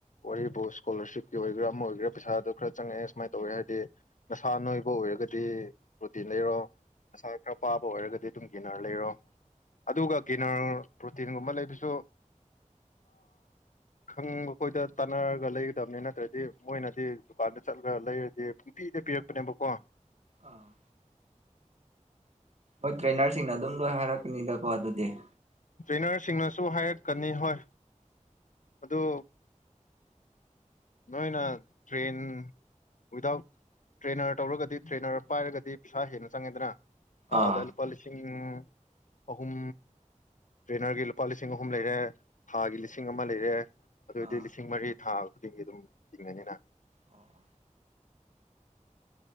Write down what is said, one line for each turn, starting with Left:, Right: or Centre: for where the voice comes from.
Left: ꯋꯥꯔꯤꯕꯨ ꯏꯁꯀꯣꯂꯔꯁꯤꯞꯀꯤ ꯑꯣꯏꯒꯦꯔꯥ ꯑꯃ ꯑꯣꯏꯒꯦꯔꯥ ꯄꯩꯁꯥꯗꯣ ꯈꯔ ꯆꯪꯉꯛꯑꯦ ꯁꯨꯃꯥꯏꯅ ꯇꯧꯋꯦ ꯍꯥꯏꯗꯤ ꯅꯁꯥ ꯅꯣꯏꯕ ꯑꯣꯏꯔꯒꯗꯤ ꯄ꯭ꯔꯣꯇꯤꯟ ꯂꯩꯔꯣ ꯅꯁꯥ ꯈꯔ ꯄꯥꯕ ꯑꯣꯏꯔꯒꯗꯤ ꯑꯗꯨꯝ ꯒꯤꯅꯔ ꯂꯩꯔꯣ ꯑꯗꯨꯒ ꯒꯤꯅꯔ ꯄ꯭ꯔꯣꯇꯤꯟꯒꯨꯝꯕ ꯂꯩꯕꯁꯨ ꯈꯪꯕꯈꯣꯏꯗ ꯇꯥꯟꯅꯔꯒ ꯂꯩꯒꯗꯕꯅꯤ ꯅꯠꯇ꯭ꯔꯗꯤ ꯃꯣꯏꯅꯗꯤ ꯗꯨꯀꯥꯟꯗ ꯆꯠꯂꯒ ꯂꯩꯔꯗꯤ ꯄꯨꯡꯄꯤꯤꯗ ꯄꯤꯔꯛꯄꯅꯦꯕꯀꯣ
Right: ꯑꯥ ꯍꯣꯏ ꯇ꯭ꯔꯦꯅꯔꯁꯤꯡꯅ ꯑꯗꯨꯝ ꯂꯣꯏ ꯍꯥꯏꯔꯛꯀꯅꯤꯗꯀꯣ ꯑꯗꯨꯗꯤ
Left: ꯇ꯭ꯔꯦꯅꯔꯁꯤꯡꯅꯁꯨ ꯍꯥꯏꯔꯛꯀꯅꯤ ꯍꯣꯏ ꯑꯗꯨ ꯅꯣꯏꯅ ꯇ꯭ꯔꯦꯟ ꯋꯤꯗꯥꯎꯠ ꯇ꯭ꯔꯦꯅꯔ ꯇꯧꯔꯒꯗꯤ ꯇ꯭ꯔꯦꯅꯔ ꯄꯥꯏꯔꯒꯗꯤ ꯄꯩꯁꯥ ꯍꯦꯟꯅ ꯆꯪꯉꯦꯗꯅ ꯍꯗꯜ
Right: ꯑꯥ
Left: ꯄꯂꯤꯁꯤ ꯎꯝ ꯑꯍꯨꯝ ꯇ꯭ꯔꯦꯅꯔꯒꯤ ꯂꯨꯄꯥ ꯂꯤꯁꯤꯡ ꯑꯍꯨꯝ ꯂꯩꯔꯦ ꯊꯥꯒꯤ ꯂꯤꯁꯤꯡ ꯑꯃ ꯂꯩꯔꯦ ꯑꯗꯨꯑꯣꯏꯗꯤ
Right: ꯑꯥ
Left: ꯂꯤꯁꯤꯡ ꯃꯔꯤ ꯊꯥ ꯑꯗꯨꯝ ꯇꯤꯡꯉꯅꯤꯅ
Right: ꯑꯣ